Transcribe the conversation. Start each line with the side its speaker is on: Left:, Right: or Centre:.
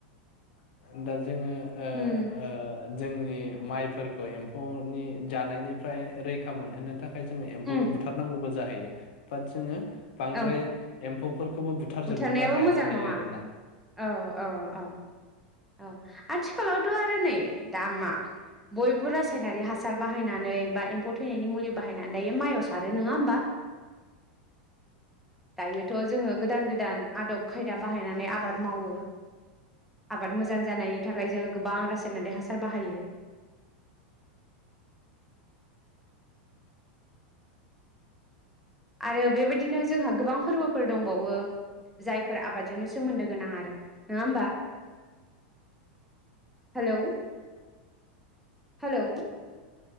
Left: <unintelligible> जोङो ओ
Centre: उम
Left: ओ जोंनि माइफोरखौ एम्फौनि जानायनिफ्राय रैखा मोनहोनो थाखाय जोङो एम्फौखौ
Centre: उम
Left: बुथार नांगौबो जा <unintelligible> बा जोङो बांद्राय
Centre: औ
Left: एम्फौ फोरखौबो बुथारजोबनोबो
Centre: बुथारनायाबो
Left: हाया
Centre: मोजां
Left: जाहैयो
Centre: नङा
Left: आरो ना
Centre: औ औ औ औ आथिखालाव थ' आरो नै दा मा बयबो रासायनारि हासार बाहायनानै बा एम्फौ थैनायनि मुलि बाहायनानै दायो माइआव सारो नङा होमबा दायोथ' जोङो गोदान गोदान आदब खायदा बाहायनानै आबाद मावो। आबाद मोजां जानायनि थाखाय जोङो गोबां रासायनारि हासार बाहायो। <inaudible> आरो बेबायदिनो जोंहा गोबां फोरबोफोर दंबावो जायफोर आबादजोंनो सोमोन्दो गोनां आरो नङा होमबा हेलौ-हेलौ